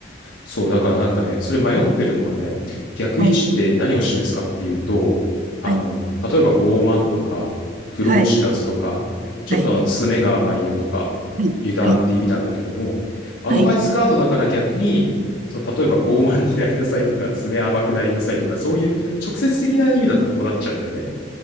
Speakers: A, on the left; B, on the right.
A: そう、だからなんかね、それ迷ってるのがね、逆位置って何を示すかっていうと、
B: はい。
A: あの、
B: はい。
A: 例えば傲慢とか、苦労知らずとか、
B: はい。
A: ちょっとあの、
B: はい。
A: 爪が甘いよとか、
B: はい。
A: 油断って意味なんだけども、
B: はい。
A: アドバイスカードだから逆に、
B: はい。
A: その、例えば傲慢になりなさいとか、爪甘くなりなさいとか、そういう直接的な意味だとこうなっちゃうんだよね。